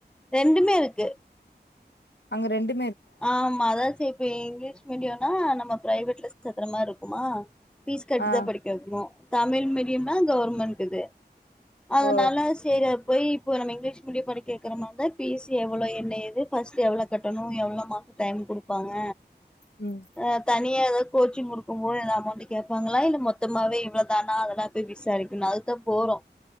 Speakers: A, in the centre; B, on the left.
A: ரெண்டுமே இருக்கு
B: அங்க ரெண்டு
A: ஆமா அதா சேஃப் இப்ப இங்கிலீஷ் மீடியம்னா நம்ம பிரைவேட்ல செக்குற மாரி இருக்குமா ஃபீஸ் கட்டி
B: ஆ
A: தா படிக்க வெக்கணூ தமிழ் மீடியம்னா கவர்ன்மென்ட் இது அதுனால
B: ஓ
A: செரி போய் இப்ப நம்ம இங்கிலீஷ் மீடியம் படிக்க வக்கிர மாரி இருந்தா பீஸ் எவ்ளோ என்ன எது ஃபர்ஸ்ட் எவ்ளோ கட்டணூ எவ்ளோ மாசம் டைம் குடுப்பாங்க
B: ம்
A: அ தனியா எதாது கோச்சிங் குடுக்கும் போது எதா அமௌண்ட் கேப்பாங்களா இல்ல மொத்தமாவே இவ்ளோதானா அதெல்லா போய் விசாரிக்கணூஅதுக்குதா போறோ